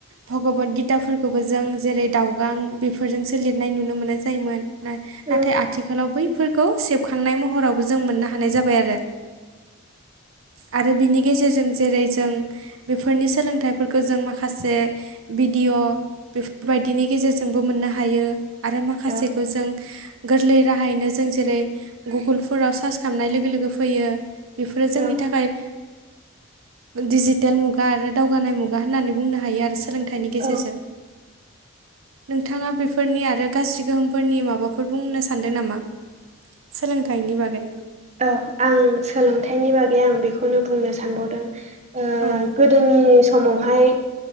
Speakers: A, on the right; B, on the right.
A: भगबत गिताफोरखौबो जों जेरै दावगां बेफोरजों दोंसो लिरनाय नुनो मोनाय जायोमोन नाथाय
B: औ
A: आथिखालाव बैफोरखौ सेबखांनाय महरावबो जों मोन बाय आरो आरो बिनि गेजेरजों जेरै जों बेफोरनि सोलोंथाइफोरखौ जों माखासे भि भिडिअ बेफोरबायदिनि गेजेरजोंबो मोननो हायो। आरो माखासेखौ
B: औ
A: जों गोरलै राहायैनो जों जेरै गुगोलफोराव सार्च खामनाय लोगो लोगो। लोगो फैयो बेफोरो जोंनि
B: औ
A: थाखाय। डिजिटेल मुगा आरो दावगानाय मुगा होननानै बुंनो हायो आरो। आरो सोलोंथाइनि गेजेरजों
B: औ
A: नोंथाङा बेफोरनि आरो गाज्रि गोहोमफोरनि माबाफोर बुंनो सान्दों नामा? सोलोंथाइनि बागै
B: औ आं सोलोंथाइनि बागै आं बेखौनो बुंनो सानबावदों ओ
A: औ
B: गोदोनि समावहाय